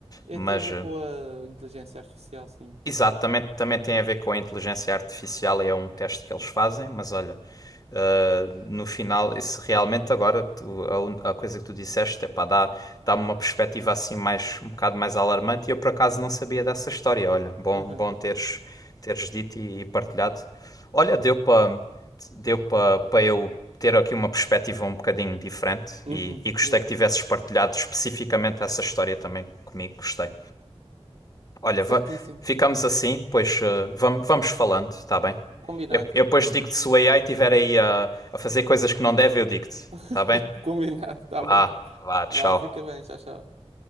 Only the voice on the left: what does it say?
mas
eh,
Exato, também, também tem a ver com a inteligência artificial e é um teste que eles fazem, mas olha, uh, no final, isso realmente agora tu- a, un- a coisa que tu disseste, é pá, dá, dá-me uma perspectiva assim mais, um bocado mais alarmante e eu por acaso não sabia dessa história, olha, bom,
bom teres, teres dito e, e partilhado. Olha, deu para deu para para eu ter aqui uma perspectiva um bocadinho diferente
e, e gostei
que tivesses partilhado especificamente essa história também comigo, gostei. Olha, va-
ficamos assim, depois vamos, vamos falando, tá bem?
Eu, eu depois digo-te se o AI estiver aí a, a fazer coisas que não deve, eu digo-te,
tá bem?
Vá,
vá, tchau.